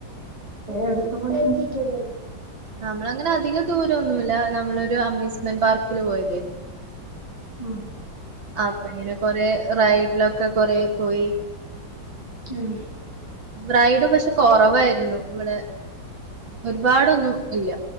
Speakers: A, on the right; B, on the right.
A: എടുക്കഴ <unintelligible>
B: നമ്മള അങ്ങനെ അധികം ദൂരഒന്നുല്ല നമ്മളൊരു അമ്യൂസ്മെന്റ് പാർക്കില് പോയതായിരുന്നു
A: ഉം
B: അപ്പോ എങ്ങനെ കോറെ റൈഡിലോക്കെ കോറെ പോയി
A: ഉം
B: റൈഡ് പക്ഷെ കുറവായിരുന്നു ഇവിടെ ഒരുപാടോന്നും ഇല്ല